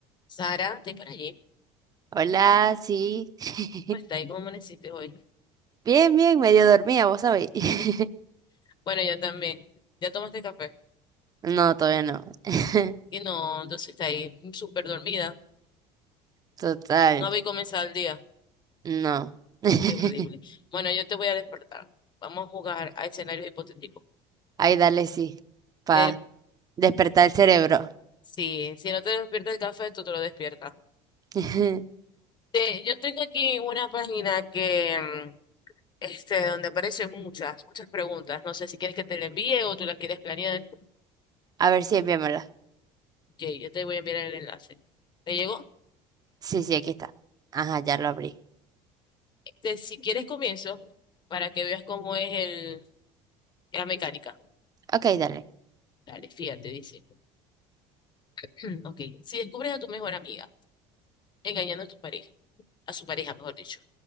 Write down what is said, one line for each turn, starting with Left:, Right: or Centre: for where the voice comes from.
Left: Sara, estoy por allí.
Right: Hola, sí. <laughs>
Left: ¿Cómo está ahí? ¿Cómo amaneciste hoy?
Right: Bien, bien, medio dormía, vos sabéis. <laughs>
Left: Bueno, yo también. ¿Ya tomaste café?
Right: No, todavía no. <laughs>
Left: Y no, entonces está ahí súper dormida.
Right: Total,
Left: No había comenzado el día.
Right: no. <laughs>
Left: Qué horrible. Bueno, yo te voy a despertar. Vamos a jugar a escenarios hipotéticos.
Right: Ahí dale, sí. Pa
Left: De,
Right: despertar el cerebro.
Left: sí, si no te despierta el café, tú te lo despiertas.
Right: <laughs>
Left: Te- yo tengo aquí una página que, mm, este, donde aparecen muchas, muchas preguntas. No sé si quieres que te la envíe o tú las quieres planear.
Right: A ver si enviámosla.
Left: Ok, yo te voy a enviar el enlace. ¿Te llegó?
Right: Sí, sí, aquí está. Ajá, ya lo abrí.
Left: Este, si quieres comienzo para que veas cómo es el, la mecánica.
Right: Ok, dale.
Left: Dale, fíjate, dice. <clears throat> Ok, si descubres a tu mejor amiga engañando a tu pareja, a su pareja, mejor dicho,